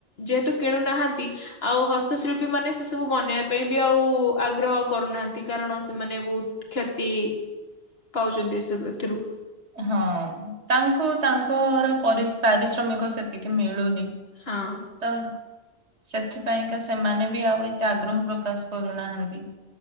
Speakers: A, on the left (about 65°); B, on the right (about 85°).
A: ଯେହେତୁ କିଣୁନାହାନ୍ତି ଆଉ ହସ୍ତଶିଳ୍ପୀ ମାନେ ସେ ସବୁ ବନେଇବା ପାଇଁ ବି ଆଉ ଆଗ୍ରହ କରୁନାହାନ୍ତି କାର କାରଣ ସେମାନେ ବହୁତ କ୍ଷତି ପାଉଛନ୍ତି ଏସ ଏଥିରୁ।
B: ହଁ ତାଙ୍କୁ ତାଙ୍କର ପରି ପାରିଶ୍ରମିକ ସେତିକି ମିଳୁନି।
A: ହଁ
B: ତ ସେଥିପାଇଁକା ସେମାନେ ବି ଆଉ ଏତେ ଆଗ୍ରହ ପ୍ରକାଶ କରୁନାହାନ୍ତି।